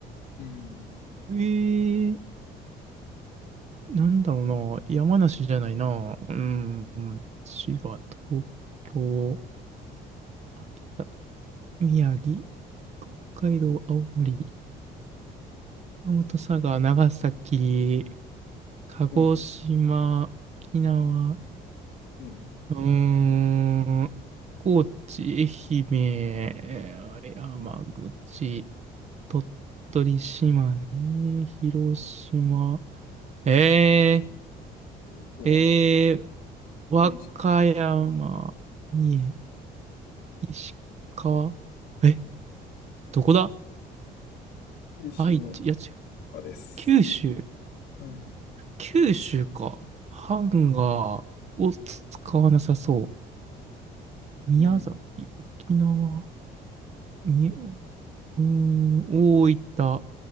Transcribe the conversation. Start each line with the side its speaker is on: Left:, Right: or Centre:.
Left: うん。
Right: う。えー、なんだろうな。山梨じゃないな。うん、うん滋賀、東京、秋田。宮城、北海道、青森、熊本、佐賀、長崎、鹿児島、
Left: お、
Right: 沖縄、
Left: うん。
Right: うーん、高知、愛媛、山口、鳥取、島根、広島、え
Left: ヒントは
Right: ー、えー、和歌山、
Left: 九州、
Right: 三重、石川、え、どこだ
Left: 九州の
Right: 愛知、いや違う、
Left: 中です。
Right: 九州、
Left: はい。
Right: 九州か。ハンガーを使わなさそう。宮崎、
Left: うん、
Right: 沖縄、み、うーん、大分、